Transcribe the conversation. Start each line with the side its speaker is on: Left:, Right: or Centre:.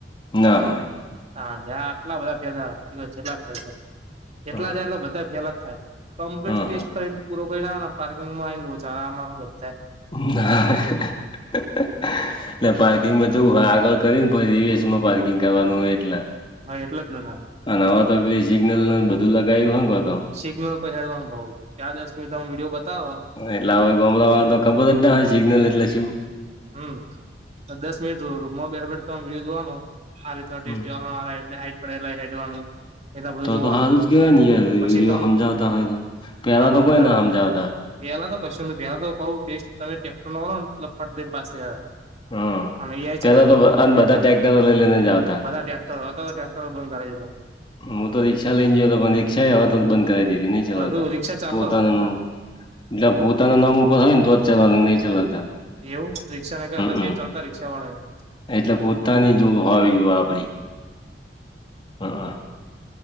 Left: ના હોય
Right: હા, આટલા બધા ફેલ થ જેલા ફેલ થાય જેટલા
Left: હહ
Right: જાય એટલે બધા ફેલ જ થાય. કમ્પ્લીટ
Left: હહ
Right: ટેસ્ટ કરીને પૂરો કરી ના પાર્કિંગમાં આવી લોસા આ બધા
Left: <unintelligible> ના એટલે પાર્કિંગમાં જો હા આગળ કરીને રિવર્સ પાર્કિંગ કરવાનું હોય, એટલે
Right: હા એટલે જ <unintelligible>
Left: અને હવા તો પે સિગ્નલને બધું લગાવ્યું હોનેતો
Right: સિગ્નલ પસેડવાનું ભાવ ત્યાાર દસ મિનિટમાં વિડીયો બતવે
Left: એટલે હવે ગમડાવા તો ખબર જ ના હોય સિગ્નલ એટલે શું.
Right: હમ્મ દસ મિનિટ ર મોબાઈર પડ તો વિડીયો જોવાનું, આ રીત ટેસ્ટી
Left: હમ.
Right: વા એટલે હટ પડે હેડવાનું, એના બધું
Left: તો
Right: જોવાનું
Left: તો હાલું જ કેવાય યાર રીડિયો
Right: પછી તમે
Left: સમજાવતા હોય, તો પેલા
Right: હા
Left: તો
Right: સમજાવો
Left: કોઈ ના સમજાવતા.
Right: પેલા તો કશું તાર તો ટેસ્ટ તમેક્ટરો ને ફટ પાસ થઇ જાતા.
Left: હમ
Right: એઆઈ
Left: પેલા
Right: જનરેટ
Left: તો
Right: નતું
Left: બ
Right: ક
Left: આ
Right: પેલા
Left: બધા ટ્રેક્ટરો લઈ લઈને જ આવતા
Right: બધાયા તો હવે <unintelligible> બંધ કર દીધું.
Left: હું તો રિક્ષા લઈને ગયો હતો પણ રિક્ષા એ હ તો બંધ કરાવી દીધી નહી ચલાવતા
Right: બધું રિક્ષા ચાલવો
Left: પોતાનું
Right: હા
Left: એટલે પોતાના નામ ઉપર હોય ને તો જ ચલાવવા નહી, ચલાવતા
Right: એવું રિક્ષા નહી
Left: હમમ
Right: ક તે ચાલતા રિક્ષવાળા એ
Left: એટલે પોતાની જો હોવી જોએ, આપડી <unintelligible>